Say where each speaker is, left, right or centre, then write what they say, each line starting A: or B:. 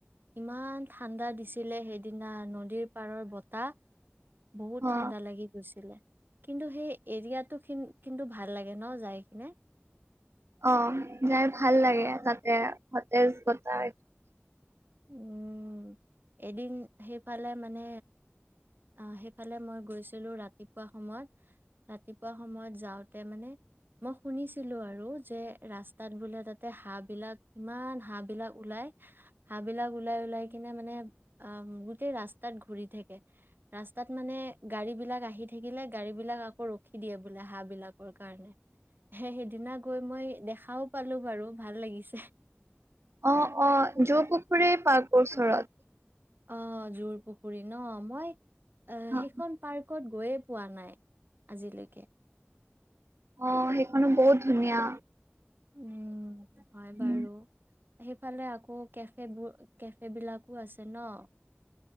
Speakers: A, on the right; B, on the right.
A: ইমান ঠাণ্ডা দিছিলে সেইদিনা নদীৰ পাৰৰ বতাহ বহুত
B: অ
A: ঠাণ্ডা লাগি গৈছিলে কিন্তু সেই এৰিয়াটো কিন্তু ভাল লাগে ন যাই কিনে
B: অ যাই ভাল লাগে তাতে সতেজ বতাহ।
A: উম এদিন সেইফালে মানে আহ সেইফালে মই গৈছিলো ৰাতিপুৱা সময়ত ৰাতিপুৱা সময়ত যাওঁতে মানে মই শুনিছিলো আৰু যে ৰাস্তাত বোলে তাতে হাঁহ বিলাক ইমান হাঁহ বিলাক ওলাই হাঁহ বিলাক ওলাই ওলাই কিনে মানে আহ গোটেই ৰাস্তাত ঘুৰি থাকে ৰাস্তাত মানে গাড়ী বিলাক আহি থাকিলে গাড়ী বিলাক আকৌ ৰখি দিয়ে বোলে হাঁহ বিলাকৰ কাৰণে সেইদিনা গৈ মই দেখাও পালো বাৰু ভাল লাগিছে
B: অ অ যৌপুখুৰে পাৰ্কৰৰ ওচৰত
A: অ জোৰ পুখুৰী ন মই অ
B: অ
A: সেইখন পাৰ্কত গৈ পোৱা নাই আজিলৈকে
B: অ সেইখনো বহুত ধুনীয়া
A: উম হয় বাৰু
B: উম,
A: সেইফালে আকৌ কেফেোৰ কেফে বিলাকো আছে ন